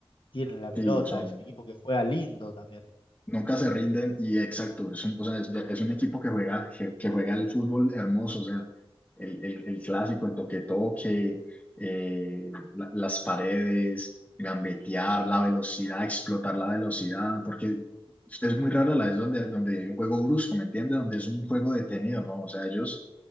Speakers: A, on the left (about 60°); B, on the left (about 15°).
A: tienen la pelota,
B: sí, son...
A: es un equipo que juega lindo también.
B: Nunca se rinden y exacto, es un, o sea, es, es un equipo que juega, que, que juega el fútbol hermoso, o sea, el, el, el clásico, el toque-toque, eh, la- las paredes, gambetear, la velocidad, explotar la velocidad, porque es muy rara la vez donde, donde hay un juego brusco, ¿me entiendes? Donde es un juego detenido, ¿no? O sea, ellos